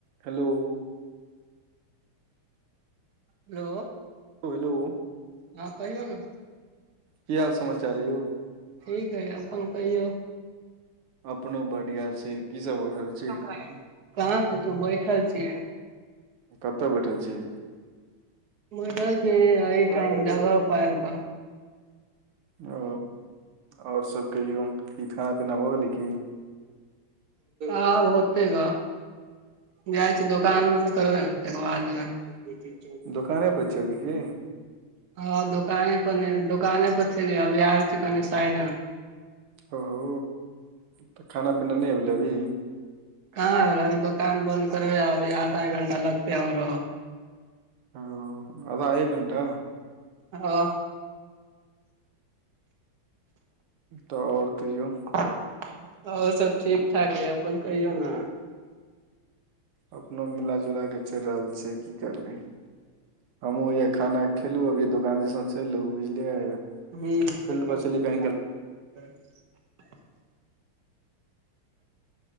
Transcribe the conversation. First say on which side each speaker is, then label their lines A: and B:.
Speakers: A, on the right; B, on the right.
A: hello
B: hello
A: hello
B: हँ कहियौ ने
A: की हाल समाचार यौ
B: ठीक हइ अपन कहियौ
A: अपनो बढ़िया छै की सब हो रहल छै
B: <inaudible> कहाँ कुछो बैठल छियै
A: कतय बैठल छी
B: बैठल छी एही ठाम जगह पर आबि कऽ
A: ओ और सब कहियो क खाना पीना भऽ गेलै की
B: आब होतय ग जाइ छिये दोकान बन्द करबै तहिके बद जेबै
A: दुकाने पर छिये अभि की
B: हँ दोकाने पर नै दोकान पर से अभी आयल छी कनि साइड मे
A: ओ हो त खाना पीना नहि भेलै अभी
B: कहाँ अभी दुकान बन्द करब अभी आधा एक घंटा लगतै आओरो
A: ओ आधा एक घंटा
B: हँ
A: त आओर कहियो
B: और सब ठीक ठाक य अपन कहियौ न
A: अपनो मिलाजुला के चलि रहल छिय की करबै हमहुँ हिन खाना खेलु अभी दोकान दिसन सँ एलु बुझलियै
B: ह्म
A: फील्ड पर छलियै कनि <inaudible>